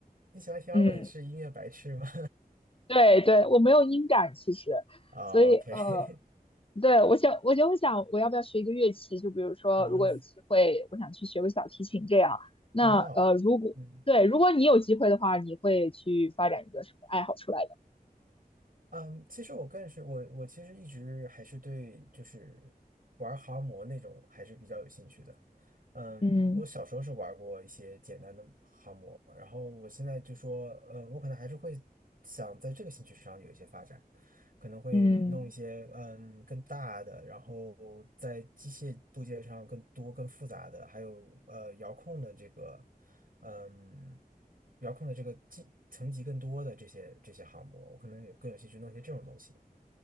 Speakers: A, on the right; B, on the left.
A: 你喜欢听摇滚是音乐白痴吗？
B: 嗯，对对，我没有音感其实，
A: <laughs> 哦，OK，
B: 所以呃，对我想我就会想，我要不要学一个乐器？就比如说，
A: <laughs> 啊，
B: 如果有机会，我想去学个小提琴这样。那呃，
A: 哦，
B: 如果对，
A: 嗯，
B: 如果你有机会的话，你会去发展一个什么爱好出来的？
A: 嗯，其实我更是我我其实一直还是对就是玩航模那种还是比较有兴趣的。嗯，
B: 嗯
A: 我小时候是玩过一些简单的航模，然后我现在就说，嗯，我可能还是会想在这个兴趣上有一些发展，可能会弄一些嗯更大的，
B: 嗯
A: 然后在机械部件上更多、更复杂的，还有呃遥控的这个。嗯，遥控的这个进层级更多的这些这些航模，我可能有更有兴趣弄一些这种东西，